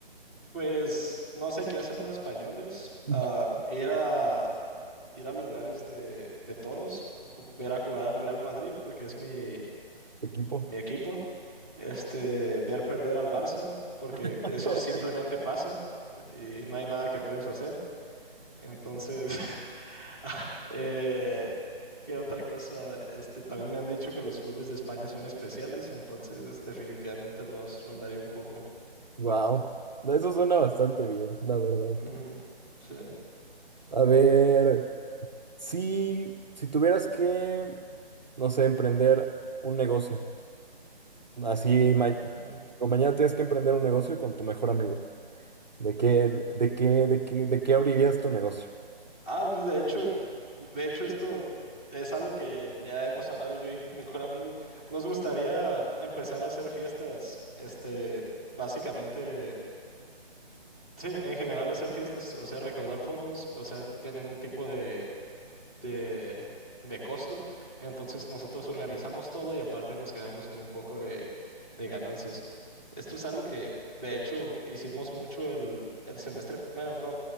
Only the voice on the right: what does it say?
<laughs>
¿Tu equipo?
<laughs>
Wow. No, eso suena bastante bien, la verdad.
A ver. Si, si tuvieras que, no sé, emprender un negocio, así, ma-
o mañana tienes que emprender un negocio con tu mejor amigo, ¿de qué, de qué, de qué, de qué abrirías tu negocio?